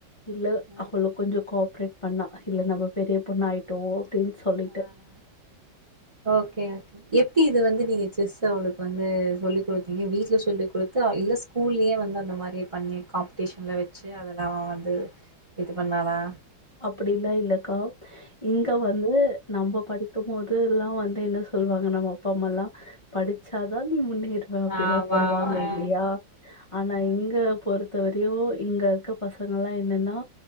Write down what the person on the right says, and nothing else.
ம்
ஆ ஆ ஓகே ஓகே எப்டி இது வந்து நீங்க செஸ் அவளுக்கு வந்து சொல்லி குடுத்தீங்க வீட்ல சொல்லி் குடுத்தா இல்ல ஸ் ஸ்கூல்லயே வந்து அந்த மாரி பண்ணி காம்படிஷன்ல வச்சு அதெல்லா அவ வந்து இது பண்ணாளா
ஆமா.
ஆ,
ஆ.